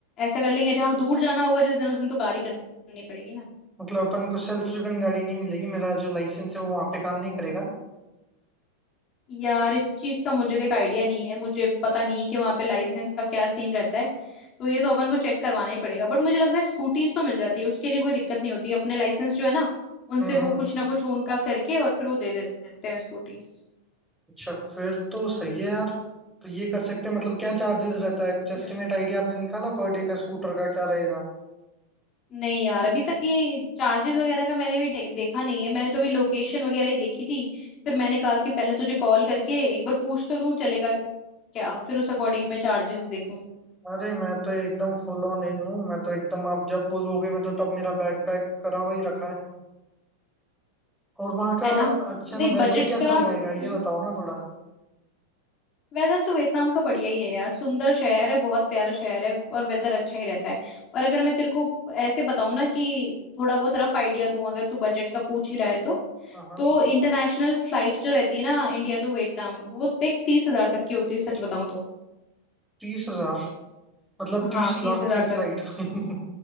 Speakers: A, on the left (about 30°); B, in the centre.
A: ऐसा कर लेंगे जहां दूर जाना होगा जिस दिन उस दिन तो कार ही करनी पड़ेगी ना
B: मतलब अपन को सेल्फ ड्रिवन गाड़ी नहीं मिलेगी मेरा जो लाइसेंस है वो वहां पे काम नहीं करेगा
A: यार इस चीज का मुझे देख आइडिया नहीं है मुझे पता नहीं कि वहां पे लाइसेंस का क्या सीन रहता है तो ये तो अपन को चेक करवाना ही पड़ेगा बट मुझे लगता है स्कूटीज तो मिल जाती है उसके लिए कोई दिक्कत नहीं होती अपने लाइसेंस जो है ना उनसे
B: हम्म हम्म
A: वो कुछ ना कुछ उनका करके और फिर वो दे देते हैं स्कूटीज
B: अच्छा फिर तो सही है यार तो ये कर सकते हैं मतलब क्या चार्जेस रहता है कुछ एस्टिमेट
A: हम्म
B: आइडिया आपने निकाला पर डे का स्कूटर का क्या रहेगा
A: नहीं यार अभी तक ये चार्जेस वगैरह का मैंने अभी दे, देखा नहीं है मैंने तो अभी लोकेशन वगैरह ही देखी थी फिर मैंने कहा कि पहले तुझे कॉल करके एक बार पूछ तो लूं चलेगा क्या फिर उस अकॉर्डिंग मैं चार्जेस देखूं
B: अरे मैं तो एकदम फुल ऑन इन हूँ मैं तो एकदम आप जब बोलोगे मैं तो तब मेरा बैग पैक करा हुआ ही रखा है और वहाँ का
A: है ना
B: अच्छा
A: तो देख
B: ना वेदर
A: बजट
B: कैसा
A: का हम्म
B: रहेगा ये बताओ ना थोड़ा
A: वेदर तो वियतनाम का बढ़िया ही है यार सुंदर शहर है बहुत प्यारा शहर है और वेदर अच्छा ही रहता है और अगर मैं तेरे को ऐसे बताऊं ना कि थोड़ा बहुत रफ आइडिया दूं अगर तू बजट का पूछ ही रहा है तो
B: हाँ हाँ
A: तो इंटरनेशनल फ्लाइट जो रहती है ना इंडिया टू वियतनाम वो देख तीस हजार तक की होती है सच बताऊं तो
B: तीस हजार मतलब तीस
A: हाँ
B: लाख
A: तीस हजार
B: की फ्लाइट
A: तक
B: <laughs>